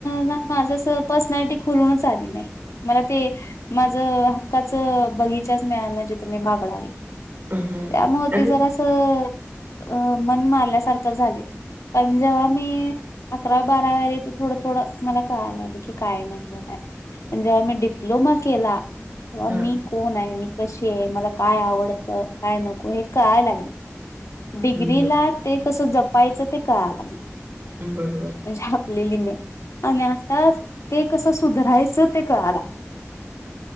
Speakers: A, on the left; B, on the right.
A: ना माझ पर्सनॅलिटी खुलूनच आली नाही मला ते माझ हक्काचं बगीचाच मिळाला ना जेथ मी बागडावी त्यामुळे
B: हं. आणि
A: ते जर असं अ मन मारल्यासारखं झाले पंजावा मे अकराव बाराव्यालाथे थोडं थोडं मला कळाय लागलं की काय नलं काय ण जेव्हा मी डिप्लोमा केला तेव्हा
B: हां,
A: मी कोण आहे मी कशी आहे मला काय आवडत काय नको हे कय लागलं डिग्रीला
B: हं, बरं.
A: ते कसं जपायचं ते कळा लागलं
B: बरोबर
A: म्हणजे आपलेली मे आणि आता ते कसं सुधरायचं ते कळा लाग